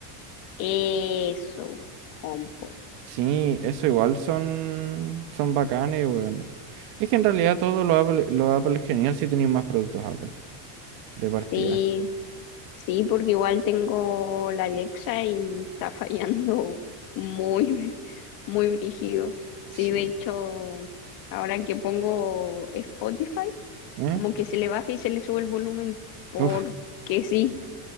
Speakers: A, on the left; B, on the right.
A: Eso, HomePod.
B: Sí, eso igual son, son bacanes, weón. Es que en realidad todo lo Apple, lo Apple es genial si tenéis más productos Apple de partida.
A: Sí, sí, porque igual tengo la Alexa y está <laughs> fallando muy, muy brígido. Sí,
B: Sí.
A: de hecho, ahora que pongo Spotify,
B: ¿Eh?
A: como que se le baja y se le sube el volumen porque
B: Uf,
A: sí.